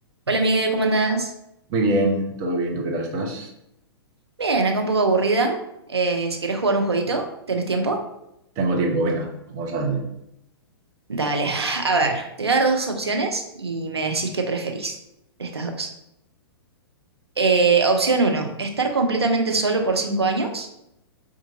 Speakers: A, on the right; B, on the right.
A: Hola, Miguel, ¿cómo andás?
B: Muy bien, todo bien, ¿tú qué tal estás?
A: Bien, acá un poco aburrida. Eh, si querés jugar un jueguito, ¿tenés tiempo?
B: Tengo tiempo, venga, vamos a darle.
A: Dale, <laughs> a ver, te voy a dar dos opciones y me decís qué preferís de estas dos. Eh, opción uno, estar completamente solo por cinco años